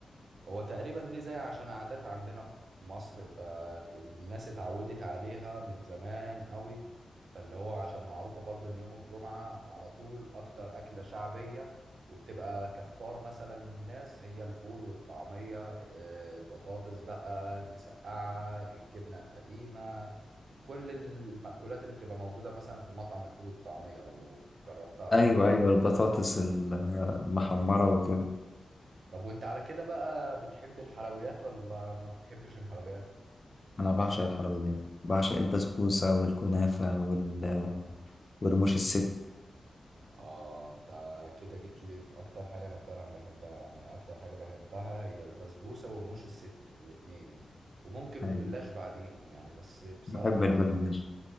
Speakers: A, on the right; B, on the left.
A: هو تقريبا دي زي عشان عادات عندنا في مصر فالناس اتعودت عليها من زمان قوي فاللي هو عشان معروفة برضو ان يوم الجمعة على طول اكتر اكلة شعبية وبتبقى كفطار مثلا الناس هي الفول والطعمية آه، البطاطس بقى المسقعة الجبنة القديمة كل المأكولات اللي بتبقى موجودة مثلا في مطعم الفول والطعمية لو جربتها
B: أيوه أيوه البطاطس ال- المحمرة وكده
A: طب وانت على كده بقى بتحب الحلويات ولا ما بتحبش الحلويات؟
B: انا بعشق الحلويات بعشق البسبوسه والكنافه وال... ورموش الست
A: اه انت كده جيت لي في اكتر حاجه انا فعلا بحبها يعني اكتر حاجه بحبها هي البسبوسه ورموش الست الاتنين وممكن الجلاش
B: يعني
A: بعديهم يعني بس بصراحه
B: بحب الجلاش
A: لا